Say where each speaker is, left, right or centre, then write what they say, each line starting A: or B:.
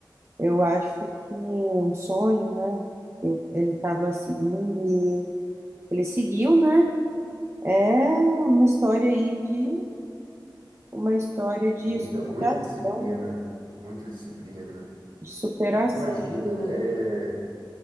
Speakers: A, on the right; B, on the right.
A: eu acho que um sonho, né? Eu- Ele estava seguindo e ele seguiu, né? É uma história aí de uma história de
B: Muita,
A: superação,
B: muita disciplina, muita disciplina.
A: de superação.
B: Imagina, né? é,